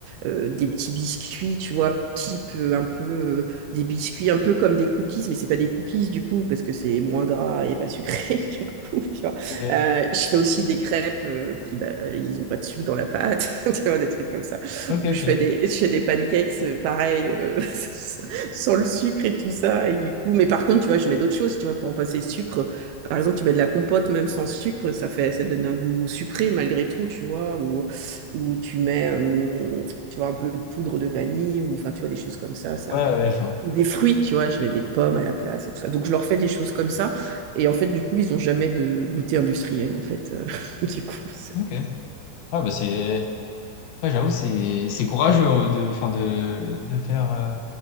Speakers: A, on the right (about 80°); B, on the left (about 75°).
A: euh, des petits biscuits, tu vois, type euh, un peu euh, des biscuits un peu comme des cookies, mais c'est pas des cookies du coup parce que c'est moins gras et pas sucré <laughs> du coup, tu vois.
B: ok.
A: Euh, je fais aussi des crêpes, euh, puis bah, ils ont pas de sucre dans la pâte, <laughs> tu vois, des trucs comme ça.
B: Ok,
A: Ou
B: ok.
A: je fais des je fais des pancakes, euh, pareil, euh, <laughs> sans le sucre et tout ça. Et du coup, mais par contre, tu vois, je mets d'autres choses, tu vois, pour en passer le sucre. Par exemple, tu mets de la compote même sans sucre, ça fait, ça donne un goût sucré malgré tout, tu vois, ou, ou tu mets,
B: Bien.
A: euh, tu vois, un peu de poudre de vanille, ou enfin, tu vois, des choses comme ça, ça,
B: Ouais, ouais, je vois.
A: ou des fruits, tu vois, je mets des pommes à la place et tout ça. Donc, je leur fais des choses comme ça, et en fait, du coup, ils n'ont jamais de goûter industriel, en fait, euh, <laughs> du coup. c'est-
B: Ok. Ah, bah c'est... Ouais, j'avoue, c'est c'est courageux euh, de, enfin, de, de faire... euh,